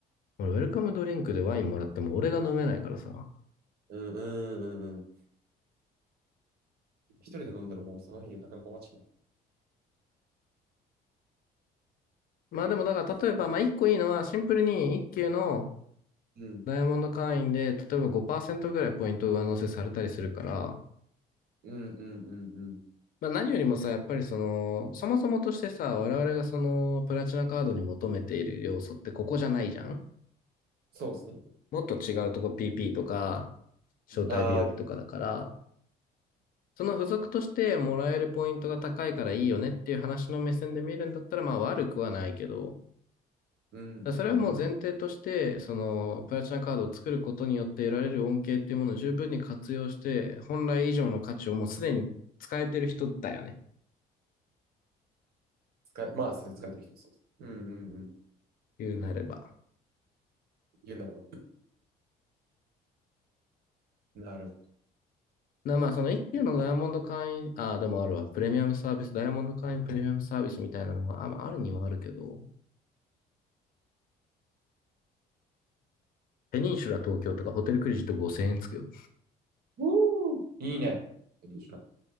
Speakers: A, on the left; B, on the right.
A: 俺、ウェルカムドリンクでワインもらっても俺が飲めないからさ。
B: わうん、うん、うん、うん。一人で飲んだらもうその日がなかなか終わっちまう。
A: まあでもだから例えば、まあ1個いいのはシンプルに1級の
B: うん、
A: ダイヤモンド会員で、例えば5%ぐらいポイント上乗せされたりするから、
B: うん、うん、うん、うん。
A: まあ、何よりもさ、やっぱりその、そもそもとしてさ、我々がその、プラチナカードに求めている要素ってここじゃないじゃん
B: そうですね。
A: もっと違うとこ PP とか、招待日和とかだから、
B: ああ、ピ
A: その付属としてもらえるポイントが高いからいいよねっていう話の目線で見るんだったら、まあ悪くはないけど、
B: うん、
A: だからそれはもう前提として、
B: うん、うん。
A: その、プラチナカードを作ることによって得られる恩恵っていうものを十分に活用して、本来以上の価値をもうすでに使えてる人だよね。
B: 使い、まあ、それ使えてる人そうです。うん、うん、うん。
A: 言うなれば。
B: 言うならば。なる
A: な、まあ、その一級のダイヤモンド会員、ああ、でもあるわ。プレミアムサービス、ダイヤモンド会員プレミアムサービスみたいなのは、あ、まあ、あるにはあるけど、ペニンシュラ東京とかホテルクレジット5000円つくよ。
B: ほど。うーいいね。一